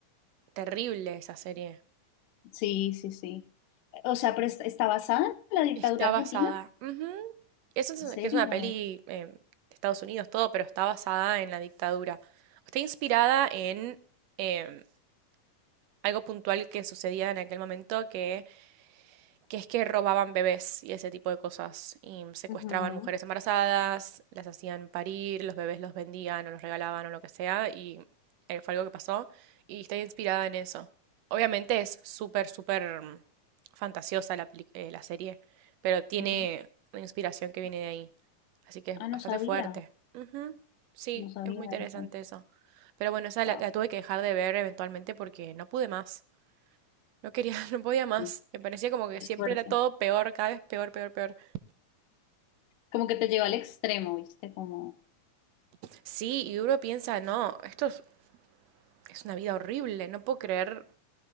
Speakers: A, on the right; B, on the left.
A: terrible esa serie.
B: Sí, sí, sí. O sea, pero ¿est- ¿está basada en la dictadura
A: Está
B: argentina?
A: basada. ujú, Eso es
B: ¿En
A: una-
B: serio?
A: que es una peli eh, de Estados Unidos, todo, pero está basada en la dictadura. Está inspirada en em, algo puntual que sucedía en aquel momento, que que es que robaban bebés y ese tipo de cosas, y secuestraban
B: Ujú,
A: mujeres embarazadas, las hacían parir, los bebés los vendían o los regalaban o lo que sea, y eh, fue algo que pasó, y está inspirada en eso. Obviamente es súper, súper mm, fantasiosa la, peli- eh, la serie, pero tiene
B: ujú.
A: una inspiración que viene de ahí, así que es
B: Ah, no
A: bastante
B: sabía,
A: fuerte. Ujú, Sí,
B: no sabía
A: es muy interesante
B: eso.
A: eso. Pero bueno, esa
B: Wow,
A: la, la tuve que dejar de ver eventualmente porque no pude más. No quería, <laughs> no podía más.
B: sí,
A: Me parecía como que
B: es
A: siempre
B: fuerte.
A: era todo peor, cada vez peor, peor, peor.
B: Como que te lleva al extremo, ¿viste? Como,
A: Sí, y uno piensa, no, esto es, es una vida horrible, no puedo creer,